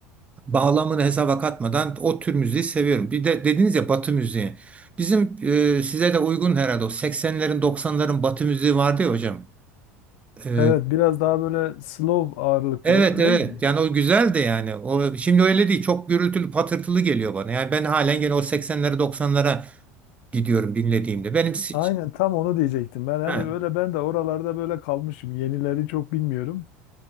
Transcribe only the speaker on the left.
Evet biraz daha böyle slow ağırlıklı
değil mi?
Aynen tam onu diyecektim. Ben hani
böyle ben de oralarda böyle kalmışım. Yenileri çok bilmiyorum.